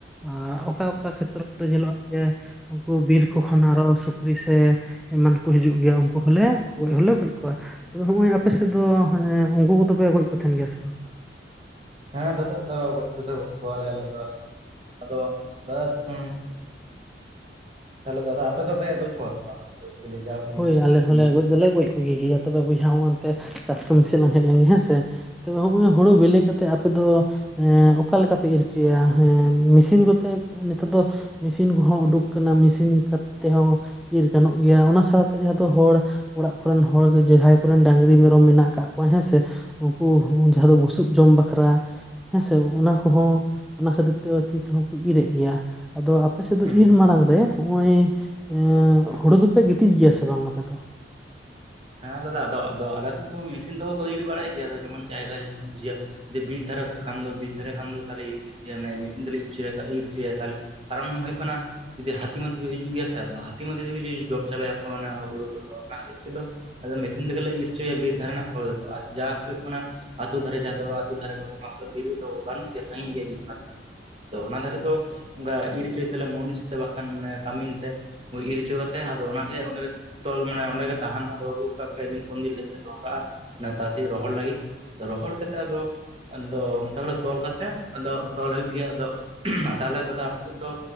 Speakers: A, in the centre; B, on the right.
A: ᱟᱨ ᱚᱠᱟ ᱚᱠᱟ ᱠᱷᱮᱛᱨᱚ ᱠᱚᱫᱚ ᱧᱮᱞᱚᱜᱼᱟ, ᱡᱮ ᱩᱝᱠᱩ ᱵᱤᱨ ᱠᱚ ᱠᱷᱚᱱ ᱟᱨᱚ ᱥᱩᱠᱨᱤ ᱥᱮ ᱮᱢᱟᱱ ᱠᱚ ᱦᱤᱡᱩᱜ ᱜᱮᱭᱟ᱾ ᱠᱩ ᱦᱚᱞᱮ ᱜᱚᱡ ᱦᱚᱸᱞᱮ ᱜᱚᱡ ᱠᱚᱣᱟ᱾ ᱛᱚᱵᱮ ᱦᱚᱜᱼᱚᱭ ᱟᱯᱮ ᱥᱮᱫ ᱫᱚ ᱦᱟᱱᱮ ᱩᱝᱠᱩ ᱠᱚᱫᱚ ᱯᱮ ᱜᱚᱡ ᱠᱚ ᱛᱟᱦᱮᱱ ᱜᱮᱭᱟ ᱥᱮ ᱵᱟᱝ?
B: ᱦᱮᱸ ᱫᱟᱫᱟ, ᱟᱫᱚ ᱜᱚᱡ ᱠᱚᱫᱚ ᱜᱚᱡ ᱠᱚᱣᱟᱞᱮ, ᱟᱞᱮᱫᱚ ᱟᱞᱮ ᱟᱫᱚ ᱵᱟᱹᱫ <inaudible> ᱛᱷᱟᱞᱮ ᱫᱟᱫᱟ, ᱟᱯᱮ ᱫᱚᱯᱮ ᱜᱚᱡ ᱠᱚᱣᱟ ᱥᱮ ᱵᱟᱝ? ᱪᱤᱞᱤ ᱡᱟᱦᱟᱸ ᱯᱮ
A: ᱦᱳᱭ
B: ᱞᱟᱹᱭ ᱠᱮᱫᱟ
A: ᱟᱞᱮ
B: ᱥᱩᱠᱨᱤ?
A: ᱦᱚᱸᱞᱮ ᱜᱚᱡ ᱫᱚᱞᱮ ᱜᱚᱡ ᱠᱚᱜᱮ ᱜᱮᱭᱟ, ᱛᱚᱵᱮ ᱵᱚᱭᱦᱟ ᱚᱼᱚᱱᱛᱮ ᱪᱟᱥ ᱠᱟᱹᱢᱤ ᱥᱮᱜ ᱞᱟᱝ ᱦᱮᱡ ᱞᱮᱱᱜᱮ ᱦᱮᱸ ᱥᱮ᱾ ᱛᱚ ᱦᱚᱸᱜᱼᱚᱭ ᱦᱳᱲᱳ ᱵᱮᱞᱮ ᱠᱟᱛᱮᱜ ᱟᱯᱮ ᱫᱚ ᱮᱸ ᱚᱠᱟ ᱞᱮᱠᱟ ᱯᱮ ᱤᱨ ᱪᱤᱭᱟ᱾ ᱦᱚᱸ ᱢᱤᱥᱤᱱ ᱠᱚᱛᱮ ᱱᱮᱛᱟᱨ ᱫᱚ ᱢᱮᱥᱤᱱ ᱠᱚᱦᱚᱸ ᱩᱰᱩᱠ ᱠᱟᱱᱟ ᱢᱮᱥᱤᱱ ᱠᱟᱛ ᱛᱮᱦᱚᱸ ᱤᱨ ᱜᱟᱱᱚᱜ ᱜᱮᱭᱟ᱾ ᱚᱱᱟ ᱥᱟᱶᱛᱮ ᱡᱟᱦᱟᱸ ᱫᱚ, ᱦᱚᱲ ᱚᱲᱟᱜ ᱠᱚᱨᱮᱱ ᱦᱚᱲ ᱜᱮ ᱡᱟᱦᱟᱸᱭ ᱠᱚᱨᱮᱱ ᱰᱟᱝᱨᱤ ᱢᱮᱨᱚᱢ ᱢᱮᱱᱟᱜ ᱠᱟᱜ ᱠᱚᱣᱟ ᱦᱮᱸᱥᱮ᱾ ᱩᱱᱠᱩ ᱦᱩᱸ ᱡᱟᱦᱟᱸ ᱫᱚ ᱵᱩᱥᱩᱵ ᱡᱚᱢ ᱵᱟᱠᱷᱟᱨᱟ᱾ ᱦᱮᱸᱥᱮ ᱚᱱᱟ ᱠᱚᱦᱚᱸ, ᱚᱱᱟ ᱠᱷᱟᱹᱛᱤᱨ ᱛᱮ ᱛᱤ ᱛᱮᱦᱚᱸ ᱠᱚ ᱤᱨ ᱨᱮᱜ ᱜᱮᱭᱟ᱾ ᱟᱫᱚ ᱟᱯᱮ ᱥᱮᱫ ᱫᱚ
B: ᱦᱩᱸ
A: ᱤᱨ ᱢᱟᱲᱟᱝ ᱨᱮ ᱦᱚᱜ-ᱚᱭ ᱮᱸ
B: ᱦᱩᱸ
A: ᱦᱩᱲᱩ ᱫᱚ ᱯᱮ ᱜᱤᱛᱤᱡ ᱜᱮᱭᱟ ᱥᱮ ᱵᱟᱝ ᱟᱯᱮ ᱫᱚ?
B: ᱦᱮᱸ ᱫᱟᱫᱟ ᱟᱫᱚ ᱟᱫᱚ ᱟᱞᱮ ᱥᱮᱱ ᱛᱮᱦᱚᱸ ᱢᱮᱥᱤᱱ ᱛᱮᱦᱚᱸ ᱠᱚ ᱤᱨ ᱵᱟᱲᱟᱭ ᱜᱮᱭᱟ᱾ᱟᱫᱚ ᱡᱮᱢᱚᱱ ᱡᱟᱭᱜᱟ ᱡᱮᱢᱚᱱ ᱡᱤᱭᱟ ᱡᱮ ᱵᱤᱨ ᱫᱷᱟᱨᱮ ᱦᱩᱭᱩᱜ ᱠᱷᱟᱱ ᱫᱚ ᱵᱤᱨ ᱫᱷᱟᱨᱮ ᱠᱷᱟᱱ ᱫᱚ ᱛᱷᱟᱞᱮ ᱤᱨ ᱦᱩᱭᱩᱜ ᱜᱮᱭᱟ᱾ ᱚᱱᱮ ᱢᱮᱥᱤᱱ ᱛᱮᱞᱮ ᱤᱨ ᱪᱚᱭᱟ, ᱠᱷᱟᱡ ᱤᱨ ᱪᱚᱭᱟ ᱛᱷᱟᱞᱮ᱾ ᱠᱟᱨᱚᱱ ᱦᱳᱭᱳᱜ ᱠᱟᱱᱟ ᱡᱚᱫᱤ ᱦᱟᱹᱛᱤ ᱢᱟᱹᱛᱤ ᱠᱚ ᱦᱤᱡᱩᱜ ᱜᱮᱭᱟ ᱥᱮ ᱟᱫᱚ ᱦᱟᱹᱛᱤ ᱢᱟᱹᱛᱤ ᱛᱮᱜᱮ ᱡᱩᱫᱤ ᱡᱚᱢ ᱪᱟᱵᱟᱭ ᱭᱟᱠᱚ ᱚᱱᱟ ᱦᱩᱲᱩ ᱠᱚᱫᱚ᱾ ᱚᱱᱟ ᱠᱷᱟᱹᱤᱨ ᱛᱮᱫᱚ ᱟᱫᱚ ᱢᱮᱥᱤᱱ ᱛᱮᱜᱮᱞᱮ ᱤᱨ ᱪᱚᱭᱟ ᱵᱤᱨ ᱫᱷᱟᱨᱮ ᱱᱟᱜ ᱠᱚᱫᱚ᱾ ᱟᱨ ᱡᱟᱦᱟᱸ ᱠᱚ ᱦᱩᱭᱩᱜ ᱠᱟᱱᱟ ᱟᱹᱛᱩ ᱫᱷᱟᱨᱮ ᱡᱟᱦᱟᱸ ᱫᱚ ᱟᱹᱛᱩ ᱫᱷᱟᱨᱮ ᱠᱚᱫᱚ, ᱚᱱᱟ ᱠᱟᱫᱚ ᱵᱤᱨᱩ ᱫᱚ ᱵᱟᱹᱱᱩᱜ ᱜᱮᱭᱟ ᱥᱟᱹᱜᱤᱧ ᱜᱮᱭᱟ ᱵᱤᱨ ᱚᱱᱟ ᱫᱚ ᱾ ᱫᱚ ᱚᱱᱟ ᱫᱷᱟᱨᱮ ᱫᱚ, ᱚᱝᱠᱟ ᱤᱨ ᱦᱚᱪᱚᱭ ᱛᱮᱞᱮ ᱢᱩᱱᱤᱥ ᱛᱮ ᱵᱟᱠᱷᱟᱱ ᱚᱱᱮ ᱠᱟᱹᱢᱤᱱ ᱛᱮ᱾ ᱤᱨ ᱪᱚ ᱠᱟᱛᱮᱜ ᱟᱫᱚ ᱚᱱᱟᱜᱮ ᱚᱸᱰᱮ ᱜᱮ ᱛᱚᱞ ᱢᱟᱱᱮ ᱚᱸᱰᱮᱜᱮ ᱛᱟᱦᱮᱸᱱᱟ ᱦᱟᱸᱜ᱾ ᱫᱚᱦᱩᱠᱟ ᱯᱮ ᱫᱤᱱ ᱯᱩᱱ ᱫᱤᱱ ᱞᱟᱹᱜᱤᱫ ᱱᱚ ᱠᱟᱜᱼᱟ᱾ ᱚᱱᱟ ᱛᱟᱥᱮ ᱨᱚᱦᱚᱲ ᱞᱟᱹᱜᱤᱫ, ᱨᱚᱦᱚᱲ ᱠᱟᱛᱮᱜ ᱟᱫᱚ ᱟᱫᱚ ᱛᱟᱨᱯᱚᱨᱮ ᱛᱚᱞ ᱠᱟᱛᱮᱜ, ᱟᱫᱚ ᱛᱚᱞ ᱦᱩᱭᱩᱜ ᱜᱮᱭᱟ ᱟᱫᱚ <inaudible> ᱛᱟᱞᱮ ᱫᱟᱫᱟ ᱟᱯᱮ ᱥᱮᱫ ᱫᱚ᱾